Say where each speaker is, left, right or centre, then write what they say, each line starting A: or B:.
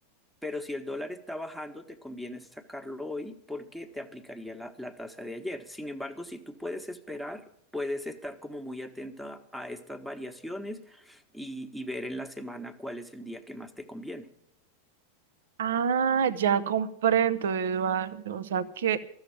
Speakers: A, in the centre; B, on the right (about 60°).
A: Pero si el dólar está bajando, te conviene sacarlo hoy porque te aplicaría la, la tasa de ayer. Sin embargo, si tú puedes esperar, puedes estar como muy atenta a estas variaciones y, y ver en la semana cuál es el día que más te conviene.
B: Ah, ya comprendo, Eduardo. O sea, que